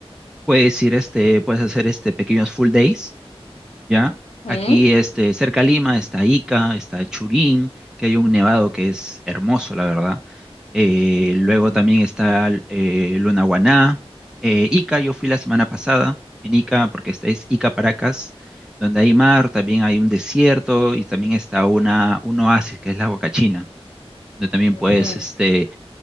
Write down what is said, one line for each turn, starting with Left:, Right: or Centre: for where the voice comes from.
Centre: puedes ir, este, puedes hacer este pequeños full days ¿ya?
Left: ujú,
Centre: Aquí, este, cerca a Lima está Ica, está Churín, que hay un nevado que es hermoso, la verdad. Eh,
Left: Mm,
Centre: luego también está eh, Lunahuaná. Eh, Ica, yo fui la semana pasada en Ica, porque esta es Ica Paracas, donde hay mar, también hay un desierto y también está una, un oasis que es la Huacachina, donde también puedes
Left: ujú.
Centre: este,